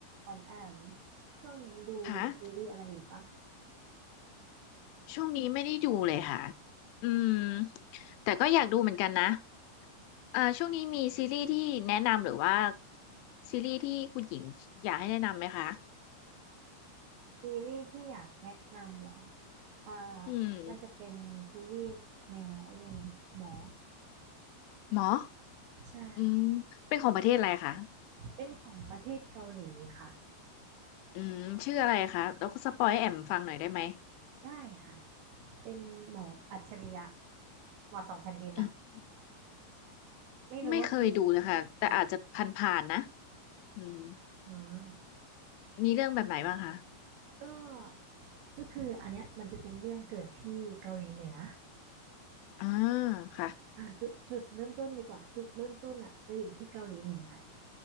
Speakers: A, on the right (about 85°); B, on the left (about 85°).
A: ออมแอมช่วงนี้ดูซีรีส์อะไรอยู่ปะ
B: ค่ะช่วงนี้ไม่ได้ดูเลยค่ะอืมแต่ก็อยากดูเหมือนกันนะเอ่อช่วงนี้มีซีรีส์ที่แนะนำหรือว่าซีรีส์ที่คุณหญิงอยากให้แนะนำไหมคะ
A: ซีรีส์ที่อยากแนะนำเหรออ่า
B: อืม
A: มันจะเป็นซีรีส์แนวไอ้เนี่ยนะหมอ
B: หมอ
A: ใช่
B: อืมเป็นของประเทศอะไรคะ
A: เป็นของประเทศเกาหลีค่ะ
B: อืมชื่ออะไรคะแล้วก็สปอยให้แอมฟังหน่อยได้ไหม
A: ได้ค่ะเป็นหมออัจฉริยะหมอสองแผ่นดินอะ
B: อืม
A: ไม่รู้ว่าเคย
B: ไม่เคยดูเลยค่ะแต่อาจจะผ่านๆนะ
A: อ่าน
B: อืม
A: อืม
B: มีเรื่องแบบไหนบ้างคะ
A: ก็ก็คืออันเนี้ยมันจะเป็นเรื่องเกิดที่เกาหลีเหนือ
B: อ่าค่ะ
A: อ่าจุดจุดเริ่มต้นดีกว่าจุดเริ่มต้นอ่ะจะอยู่ที่เกาหลีเหนือ